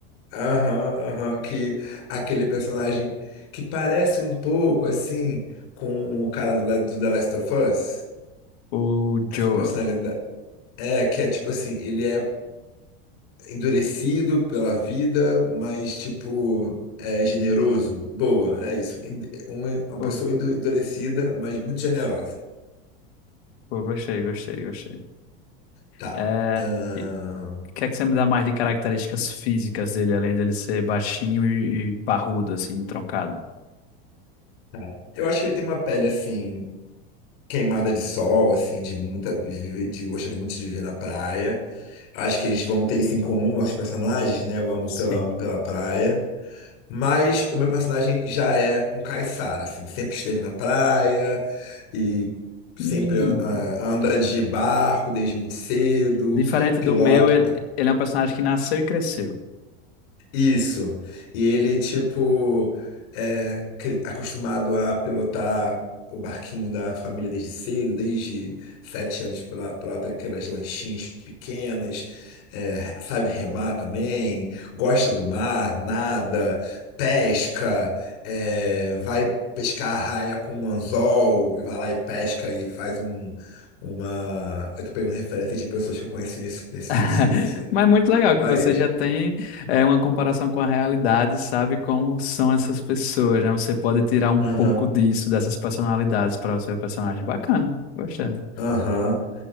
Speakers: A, on the left; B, on the left.
A: Aham, aham, que aquele personagem que parece um pouco assim com o cara do, La- do The Last of Us.
B: O Joe.
A: Essa personalidade. É, que é tipo assim, ele é endurecido pela vida, mas tipo, é generoso. Boa, é isso. End- um- Uma
B: Pô,
A: pessoa endu- endurecida, mas muito generosa.
B: pô, gostei, gostei, gostei.
A: Tá.
B: É,
A: Ahn,
B: e o que é que você me dá mais de características físicas dele, além dele ser baixinho e, e parrudo, assim, troncado?
A: tá. Eu acho que ele tem uma pele assim. queimada de sol, assim, de muita, de, viver- de gostaria muito de viver na praia. Acho que eles vão ter isso em comum, nossos personagens, né? O amor
B: Sim.
A: pela, pela praia. Mas o meu personagem já é um caiçara, assim, sempre esteve na praia e sempre
B: Hum.
A: ah, anda de barco desde muito cedo,
B: Diferente
A: pilota
B: do meu, ele, ele é um personagem que nasceu e cresceu.
A: Isso. E ele, tipo, é cri- acostumado a pilotar o barquinho da família desde cedo, desde sete anos, pela- pilota aquelas lanchinhas pequenas, é, sabe remar também, gosta do mar, nada, pesca, é, vai pescar a raia com um anzol, e vai lá e pesca e faz um, uma... Eu tô pegando referência de pessoas que eu conheci nesse, nesse,
B: <laughs>
A: nesse, nesse
B: Mas é muito legal
A: país.
B: que você já tem é, uma comparação com a realidade, sabe como são essas pessoas, né? Você pode tirar um
A: Aham,
B: pouco disso, dessas personalidades para o seu personagem. Bacana, gostando.
A: aham.